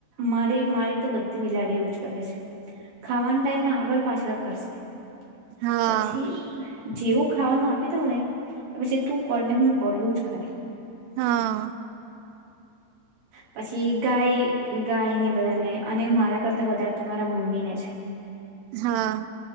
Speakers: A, on the right (about 65°); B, on the right (about 80°).
A: મારી મારી તો બધી બિલાડી એવુંજ કરે છે ખાવાનું ટાઈમે આગળ પાછળ ફરશે
B: હા
A: પછી જેવું ખાવાનું આપી દઉં ને પછી તું કર ને હું કર એવું જ કર
B: હા
A: પછી ગાય ગાય ને બધાને અને મારા કરતા વધારે તો મારા મમ્મી ને છે.
B: હા